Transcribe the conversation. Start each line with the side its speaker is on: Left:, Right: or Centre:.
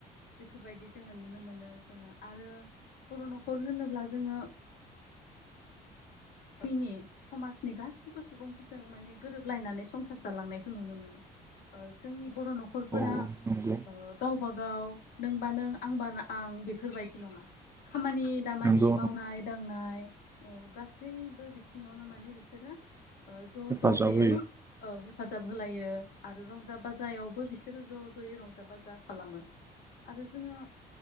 Left: बेफोरबायदि जोंङो नुनो मोनो जोंङो आरो बर नखर होनोब्ला जोंङो मिनि समाजनि गासैबो सुबुंफोरजों माने गोरोबलायनानै संसार जालांनायखौ नुनो मोनो। ओ जोंनि बर नखरफोरा
Right: औ औ नंगौ
Left: ओ गावबा गाव नोंबा नों आंबा ना आं बेफोरबायदि खामानि दामानि
Right: नंगौ
Left: मावनाय-दांनाय औ गासैबो बिथिंङावनो माने बिसोरो ओ ज
Right: हेफाजाब
Left: ज होयै
Right: होयो।
Left: औ हे फाजाब होलायो आरो रंजा-बाजायावबो बिसोरो ज' ज'यै रंजा-बाजा खालामो आरो जोंङो